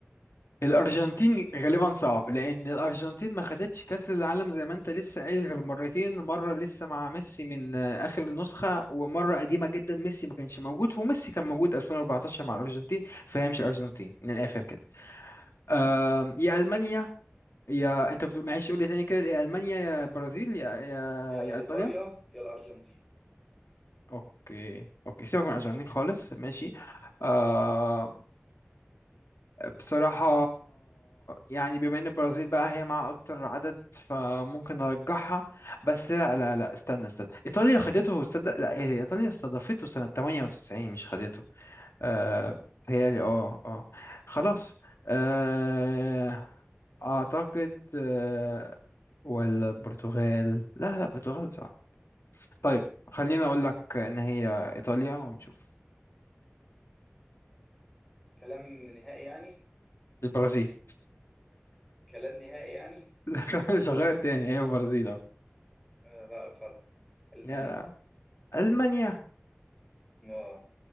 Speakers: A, on the left; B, in the centre.
A: الارجنتين غالبا صعب لان الارجنتين ما خدتش كاس العالم زي ما انت لسه قايل غير مرتين مره لسه مع ميسي من آه، اخر النسخه ومره قديمه جدا ميسي ما كانش موجود وميسي كان موجود 2014 مع الارجنتين فهي مش ارجنتين من الاخر كده آم،
B: مم.
A: يا المانيا يا انت بتقول معلش قول لي تاني كده يا المانيا يا برازيل يا يا
B: يا
A: يا
B: ايطاليا
A: ايطاليا
B: يا الارجنتين
A: اوكي اوكي سيبك من الارجنتين خالص ماشي آه بصراحة يعني بما ان البرازيل بقى هي مع اكتر عدد فممكن ارجحها بس لا لا لا استنى استنى ايطاليا خدته تصدق لا هي ايطاليا استضافته سنة 98 مش خدته آه
B: مم.
A: بيتهيألي اه اه خلاص آه اعتقد آه ولا البرتغال لا لا البرتغال صعب طيب خليني اقول لك ان هي ايطاليا ونشوف
B: كلام نهائي يعني
A: البرازيل
B: كلام نهائي يعني
A: <laughs> لا مش هغير تاني هي البرازيل اهو
B: آه، لا غلط المانيا
A: يا لا. المانيا
B: اه